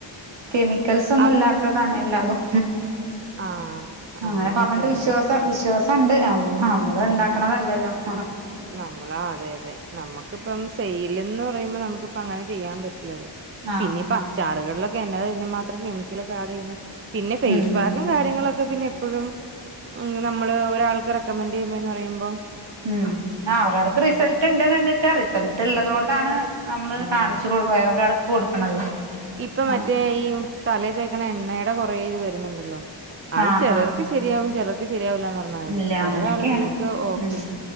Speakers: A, on the right (about 65°); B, on the right (about 30°).
A: കെമിക്കൽസ് ഒന്നും
B: അപ്
A: ഇല്ലാത്തതാണ് എല്ലാതും.
B: ആഹ് അങ്ങനെയൊക്കെയാണല്ലേ
A: അങ്ങനെ പറഞ്ഞിട്ട് വിശ്വാസം വിശ്വാസുണ്ട് ആഹ് നമ്മള് ഇണ്ടാക്കണതല്ലല്ലോ? ആഹ്
B: നമ്മളാ അതെ അതെ നമുക്കിപ്പം സെയ്‌ലിന്ന് പറയുമ്പോ നമുക്കിപ്പങ്ങനെ ചെയ്യാൻ പറ്റില്ലല്ലോ.
A: ആഹ്
B: പിന്നെ ഇപ്പോ
A: ആഹ്
B: അച്ചാറുകളിലൊക്കെ എന്നതാ ഇതിന് മാത്രം കെമിക്കലൊക്കെ ആഡ് ചെയ്യുന്നെ? പിന്നെ ഫേസ്പാക്കും
A: ഉം ഉം
B: കാര്യങ്ങളൊക്കെ പിന്നെ എപ്പഴും ഉം നമ്മള് ഒരാൾക്ക് റെക ക്കമന്റെയ്യുമ്പോന്ന് പറയുമ്പോ
A: ഉം ആ ഒരാൾക്ക് റിസൾട്ടിണ്ട്ന്നെച്ചാ റിസൾട്ട് ഇള്ളതോണ്ടാണ് നമ്മള്
B: ഉം
A: കാണിച്ചു കൊടു വേറൊരാൾക്ക് കൊടുക്കണത്.
B: ഇപ്പോ മറ്റേ
A: ആഹ്
B: ഈ തലേ തേ ക്കണ എണ്ണേടെ കൊറേ ഇത് വരുന്നുണ്ടല്ലോ അത്
A: ആഹ്
B: ചെലർക്ക്
A: ആഹ്
B: ശരിയാവും ചെലർക്ക് ശരി പറഞ്ഞാരിയാ
A: ഇല്ല
B: കൊറേ
A: അങ്ങനെയൊക്കെയാണ്
B: ആളുകൾക്ക് ഓക്കെ.
A: ഉം